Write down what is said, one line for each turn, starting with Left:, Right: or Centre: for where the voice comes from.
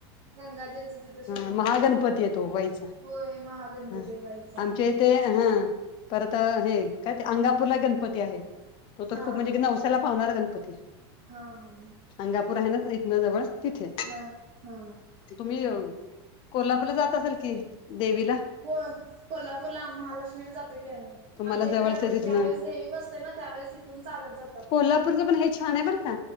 Right: गंगाजलचं तिथं शूटिंग
Left: ह महागणपती
Right: झालंय
Left: येतो वईचा
Right: होय महागणपती
Left: ह
Right: व्हायचा
Left: आमच्या. ते हा परत हे काय ते अंगापूरला गणपती आहे. तो तर
Right: हा
Left: खूप म्हणजे नवसाला पावणारा गणपती.
Right: हा ह.
Left: अंगापूर आहे ना यत ना जवळ. तिथे
Right: हा हा.
Left: तुम्ही कोल्हापूरला जात असाल की देवीला.
Right: हो कोल्हापूरला महालक्ष्मीला जातो की आम्ही.
Left: तुम्हाला
Right: आमच्या
Left: जवळच
Right: इथं
Left: तिथनं
Right: ज्यावेेळेस देवी बसते ना त्यावेेळेस इथून चालत जातात.
Left: कोल्हापूर पण हे छान आहे. का